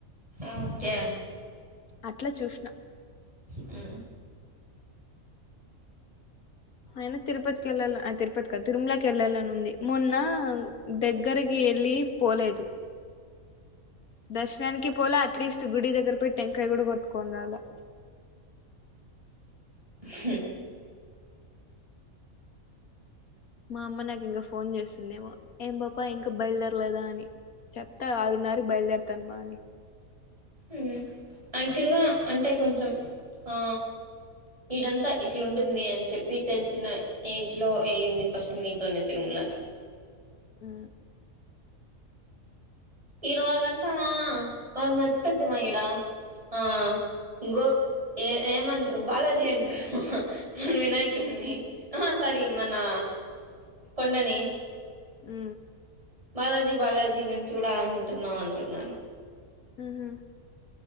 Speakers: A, on the right (about 25°); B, on the left (about 80°).
A: ఓకే
B: అట్ల చూసిన
A: ఆ
B: అయన తిరుపతికి వెళ్ళాల తిరుపతి కదు తిరుమల కేళ్ళాలని ఉంది మొన్న దగ్గరికి యేళ్లి పోలేదు దర్శనానికి పోల అట్లీస్ట్ గుడి దగ్గర పోయి టెంకాయ కూడా కొట్టుకుని రాలె
A: హ్
B: మా అమ్మ నాకు ఇంకా ఫోన్ చేస్తుందేమో ఏం పాప ఇంకా బయలుదేరలేదా అని చెప్తా ఆరున్నరకి బయలుదేరతానమా అని
A: ఉ యాక్చువల్గా అంటే కొంచెం ఆ ఇడంతా ఇట్లాంటుంది అని చెప్పి తెలిసినై ఏజ్ లో యేళ్ళింది ఫస్ట్ మీతోనే తిరుమలకి
B: ఉ
A: ఈరోజంతా మనకు నచ్చుతదమ్మా ఈడ ఆ ఇంగో ఏ ఏమంటారు అబ్బ బాలాజీ అంటార వినాయకుడిని ఆహ సారి మనా కొండని
B: ఆ
A: బాలాజీ బాలాజీ మేము చూడాలనుకుంటున్నాం అంటున్నాను.
B: ఆహా